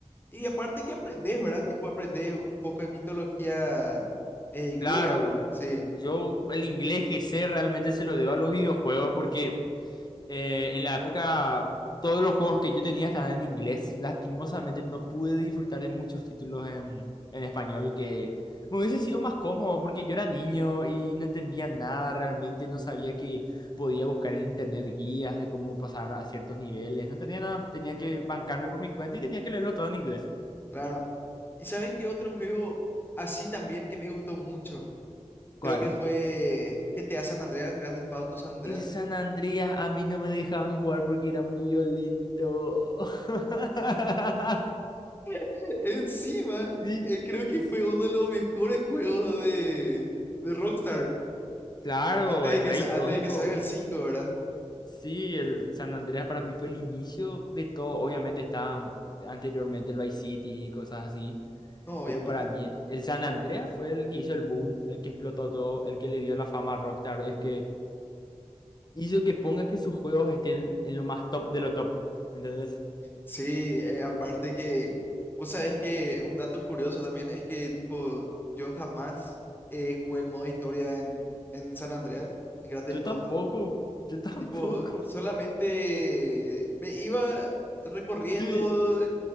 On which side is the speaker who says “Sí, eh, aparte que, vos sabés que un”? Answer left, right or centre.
Left